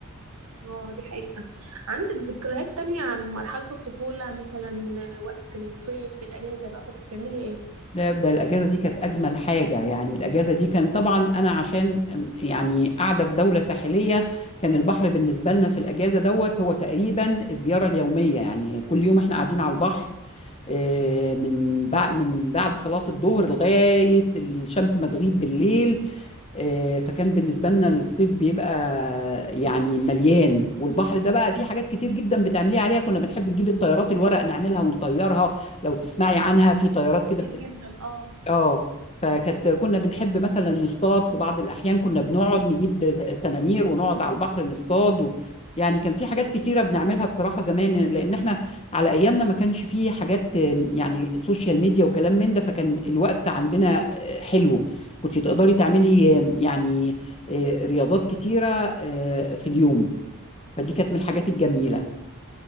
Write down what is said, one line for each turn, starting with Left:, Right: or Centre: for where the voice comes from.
Right: اه دي حقيقة عندك ذكريات تانية عن مرحلة الطفولة مثلا وقت الصيف في الأجازة بقى كنت بتعملي ايه؟
Left: لا ده الأجازة دي كانت أجمل حاجة يعني الأجازة دي كان طبعا أنا عشان أم، يعني قاعدة في دولة ساحلية كان البحر بالنسبة لنا في الأجازة دوت هو تقريبا الزيارة اليومية يعني كل يوم إحنا قاعدين على البحر آه، من بعد من بعد صلاة الظهر لغاية الشمس ما تغيب بالليل آه، فكان بالنسبة لنا الصيف بيبقى يعني مليان والبحر ده بقى فيه حاجات كتير جدا بتعمليها عليها كنا بنحب نجيب الطيارات الورق نعملها ونطيرها لو تسمعي عنها في طيارات
Right: جميل
Left: كده
Right: جدا اه
Left: اه فكانت كنا بنحب مثلا نصطاد في بعض الأحيان كنا بنقعد نجيب سنانير ونقعد على البحر نصطاد و... يعني كان في حاجات كتيرة بنعملها بصراحة زمان لأن احنا على أيامنا ما كانش فيه حاجات آم، يعني سوشيال ميديا وكلام من ده فكان الوقت عندنا آه، حلو كنت تقدري تعملي آم، يعني آه، رياضات كتيرة آه، في اليوم فدي كانت من الحاجات الجميلة